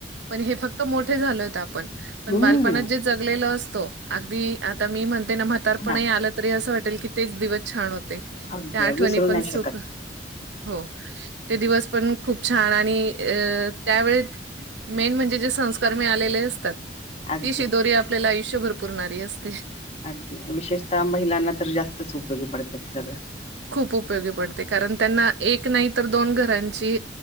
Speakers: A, on the right; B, on the left.
A: पण हे फक्त मोठे झालोयत आपण पण
B: हम्म
A: बालपणात जे जगलेलो असतो अगदी आता मी म्हणते ना म्हातारपण
B: हा
A: ही आलं तरी असं वाटेल तेच दिवस छान होते
B: अगदी
A: त्या आठवणी
B: विसरू
A: पण
B: नाही शकत.
A: सुख हो ते दिवस पण खूप छान आणि अ त्यावेळी मेन म्हणजे जे संस्कार मिळालेले असतात
B: अगदी
A: ती शिदोरी आपल्याला आयुष्यभर पूरणारी असते.
B: अगदी विशेषतः महिलांना तर जास्तच उपयोगी पडतात ते सगळं
A: खूप उपयोगी पडते कारण त्यांना एक नाही तर दोन घरांची